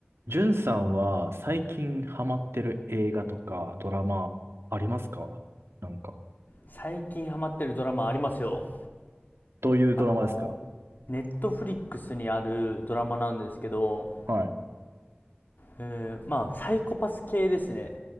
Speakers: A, on the right; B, on the left.
A: じゅんさんは最近ハマってる映画とかドラマありますかなんか。
B: 最近ハマってるドラマありますよ。
A: どういうドラマですか
B: あの、ネットフリックスにあるドラマなんですけど、
A: はい。
B: えーまあ、サイコパス系ですね。